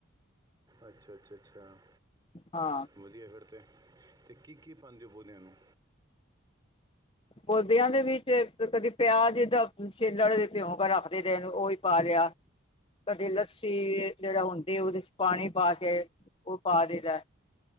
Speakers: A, on the right; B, on the left.
A: ਅੱਛਾ-ਅੱਛਾ-ਅੱਛਾ।
B: ਹਾਂ।
A: ਵਧੀਆ ਫੇਰ ਤੇ ਕੀ-ਕੀ ਪਾਦੇ ਓ ਪੋਦੇਆਂ ਨੂੰ
B: ਪੌਦੇਆਂ ਦੇ ਵਿੱਚ ਕਦੇ ਪਿਆਜ ਦਾ ਛਿਲੜ ਕਦੀ ਪਿਉ ਕੇ ਰੱਖਦੇ ਦੀ ਦੇ ਨੇ ਓਈ ਪਾਾ ਲਯਾ। ਕਦੇ ਲੱਸੀ ਜੇੜਾ ਹੁੰਦੀ ਓਦੇ ਚ ਪਾਣੀ ਪਾ ਕੇ ਓ ਪਾ ਦੀਦਾ।